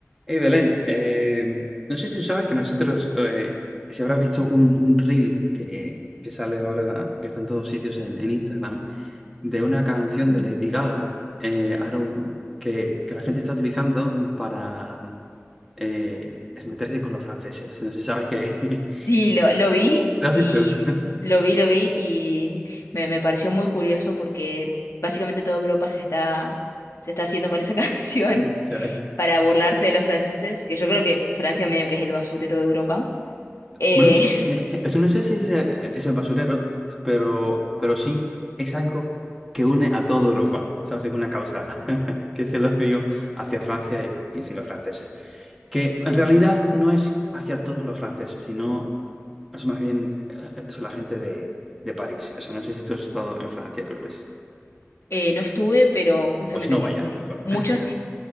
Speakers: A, in the centre; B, on the left.
A: Hey Belén, eh, no sé si sabes que nosotros, eh, si habrás visto un, un reel que, que sale ahora, que está en todos sitios en, en Instagram, de una canción
B: Sí,
A: de Lady Gaga, eh, Arrow, que, que la gente está utilizando para eh, meterse con los franceses. No sé si sabes que...
B: Sí,
A: <laughs>
B: lo, lo vi
A: ¿Lo has
B: y
A: visto?
B: mm, lo vi, lo vi y me, me pareció muy curioso porque básicamente toda Europa se está, se está haciendo con esa <laughs> canción
A: <laughs> Ya,
B: para burlarse de los franceses, que yo creo que Francia medio que es el basurero de Europa. Eh,
A: Bueno, no sé si, <laughs> es- no sé si es, el es el basurero, pero, pero sí es algo que une a toda Europa, ¿sabes? Es una causa <laughs> que se lo dio hacia Francia y, y sin los franceses. Que en realidad no es hacia todos los franceses, sino es más bien eh, es la gente de, de París. O sea, no sé si tú has estado en Francia, creo que es.
B: <laughs> eh, no estuve, pero justamente
A: Pues no
B: m-
A: vaya,
B: m-
A: mejor.
B: muchas,
A: <laughs>